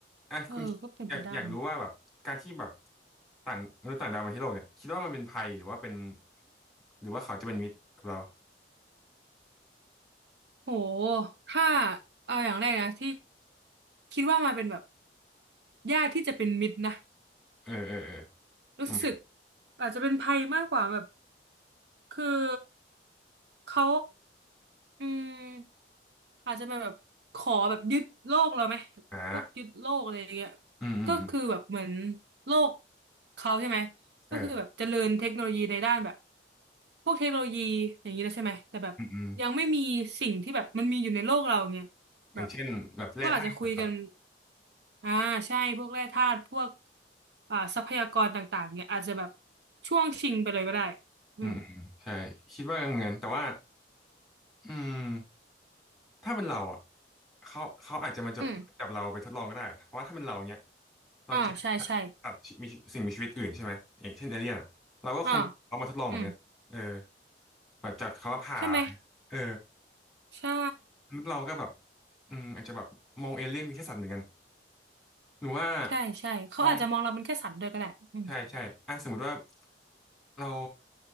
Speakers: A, in the centre; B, on the right.
A: อ่ะคุณอยากอยากรู้ว่าแบบการที่แบบ
B: เออ ก็เป็นไปได้นะ
A: ต่างมนุษย์ต่างดาวมาที่โลกเนี่ยคิดว่ามันเป็นภัยหรือว่าเป็นหรือว่าเขาจะเป็นมิตรกับเรา
B: โหถ้าเอาอย่างแรกนะที่คิดว่ามาเป็นแบบญาติที่จะเป็นมิตรนะ
A: เออเออเออ
B: รู้สึก
A: ทำไม
B: อาจจะเป็นภัยมากกว่าแบบ คือเขาอืมอาจจะเป็นแบบขอแบบยึดโลกเราไหม
A: อ่า
B: พวกยึดโลกอะไรอย่างเงี้ย
A: อืมอืมอืม
B: ก็คือแบบเหมือนโลกเขาใช่ไหม
A: เออ
B: ก็คือแบบเจริญเทคโนโลยีในด้านแบบพวกเทคโนโลยีอย่างนี้แล้วใช่ไหมแต่แบบยังไม่มีสิ่งที่แบบมันมีอยู่ในโลกเราอย่างเงี้ย
A: อืมอืมอย่างเช่นแบบแร่ธาตุอ่ะอา
B: แบบก็อาจจะคุยกันอ่าใช่พวกแร่ธาตุพวกอ่าทรัพยากรต่างๆเนี่ยอาจจะแบบช่วงชิงไปเลยก็ได้อืม
A: อืมอืมใช่คิดว่าเหมือนกันแต่ว่าอืมถ้าเป็นเราอ่ะเขาเขาอาจจะมาจับจับเราไปทดลองก็ได้เพราะว่าถ้าเป็นเราเนี้ย
B: อืม
A: เราจะตัดตัดมีสิ่งมีชีวิตอื่นใช่ไหมอย่างเช่นเอเลี่ยนอ่ะเราก็คงเอามาทดลองเหมือนกันเออ
B: อ่าใช่ใช่อ่าอืม
A: แบบจัดเขาว่าผ่า
B: ใช่ไหม
A: เออ
B: ใช่
A: แล้วเราก็แบบอืมอาจจะแบบมองเอเลี่ยนเป็นแค่สัตว์เหมือนกันหรือว่า
B: ใช่ใช่ เขาอาจจะมองเราเป็นแค่สัตว์ด้วยก็ได้อืม
A: มองใช่ใช่อ่ะสมมติว่าเรา